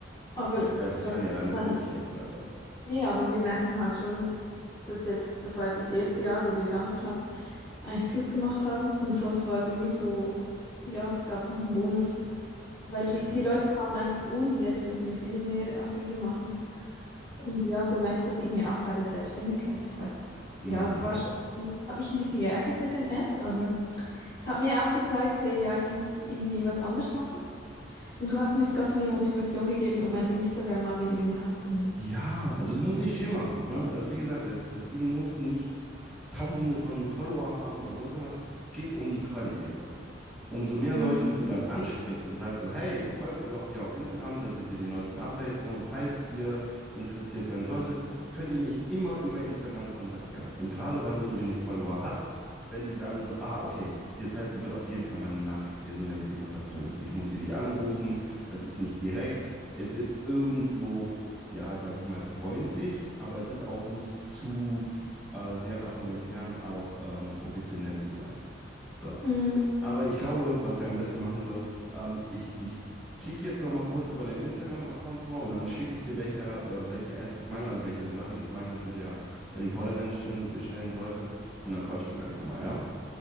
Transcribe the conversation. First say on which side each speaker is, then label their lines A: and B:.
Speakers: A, on the left; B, in the centre.
A: Aber
B: Okay. Das heißt,
A: trotzdem,
B: es kann ja gar nicht
A: man,
B: so schlecht sein dann.
A: Nee, aber wir merken halt schon, dass jetzt, das war jetzt das erste Jahr, wo wir ganz knapp eigentlich Plus gemacht haben. Und sonst war es immer so, ja, gab es noch einen Bonus. Weil
B: Okay.
A: die, die Leute kamen einfach zu uns und jetzt müssen wir viel mehr Akquise machen. Und ja, so merke ich das irgendwie auch bei der Selbstständigkeit. Das war jetzt-
B: Mhm.
A: ja, das war schon, hat mich ein bisschen geärgert mit den Ads, aber es hat mir auch gezeigt, hey, ja, ich muss irgendwie was anderes machen. Und du hast mir jetzt gerade so die Motivation gegeben, um mein Instagram mal wieder in die Hand zu nehmen.
B: Ja, also du musst nicht viel machen. Ne? Also wie gesagt, das, das Ding muss nicht Tausende von Follower haben oder sonst irgendwas. Es geht um die Qualität daran. Umso mehr
A: Mhm.
B: Leute du dann ansprichst und sagst so, hey, folgt mir doch hier auf Instagram, da seht ihr die neuesten Updates. Ne? Und falls ihr interessiert sein solltet, könnt ihr mich immer über Instagram kontaktieren. Und gerade weil du so wenig Follower hast, werden die sagen so, ah, okay, das heißt, die wird auf jeden Fall meine Nachricht lesen, wenn ich sie kontaktieren möchte. Ich muss sie nicht anrufen, es ist nicht direkt, es ist irgendwo ja, sag ich mal, freundlich, aber es ist auch nicht zu äh, sehr davon entfernt, auch ähm, professionell zu sein. So.
A: Mhm.
B: Aber ich glaube, was wir am besten machen sollen, ähm, ich, ich kicke jetzt noch mal kurz über deinen Instagram-Account rüber und dann schicke ich dir, welche, äh, welche Ads ich meine, also welche Sachen ich meine, du dir ja in den Vordergrund stellen, stellen solltest. Und dann quatschen wir gleich nochmal, ja?